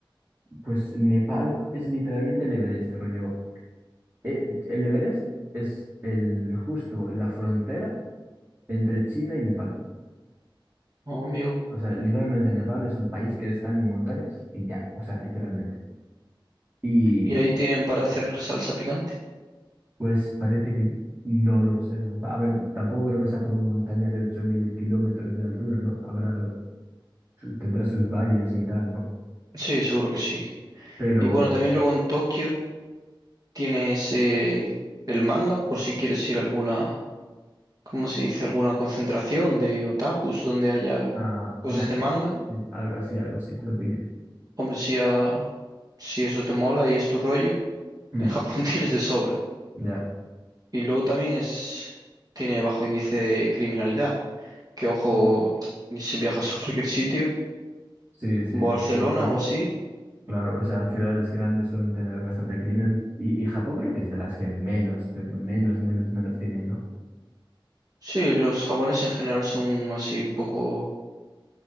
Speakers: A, on the right; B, on the right.
A: Pues Nepal es literalmente el Everest, rollo. Eh, El Everest es el, justo la frontera entre China y Nepal.
B: no, amigo.
A: O sea, literalmente Nepal es un país que está en montañas y ya, o sea, literalmente. Y
B: ¿Y ahí tienen para hacer salsa picante?
A: pues parece que sí. No lo sé. la verdad. A ver, tampoco creo que sea todo montaña de 8.000 kilómetros de altura, ¿no? Habrá, tendrá sus valles y tal, ¿no?
B: Sí, seguro que sí.
A: Pero
B: Y bueno, también luego en Tokio... tienes eh, el manga por si quieres ir a alguna, ¿cómo se dice? Alguna concentración de otakus donde haya
A: ah, una,
B: cosas de
A: eh,
B: manga.
A: sí, algo así, algo así, lo pillo.
B: Hombre, si, a- si eso te mola y es tu rollo,
A: Mm,
B: en Japón <laughs> tienes de sobra.
A: ya.
B: Y luego también es, tiene bajo índice de criminalidad. Que ojo,
A: Mm.
B: si viajas <laughs> a cualquier sitio,
A: Sí, sí,
B: como Barcelona
A: sobre todo,
B: o así.
A: claro, o sea, ciudades grandes suelen tener bastante crimen y, y Japón creo que es de las que menos, pero que menos, menos, menos tienen, ¿no?
B: Sí, los japoneses en general son así un poco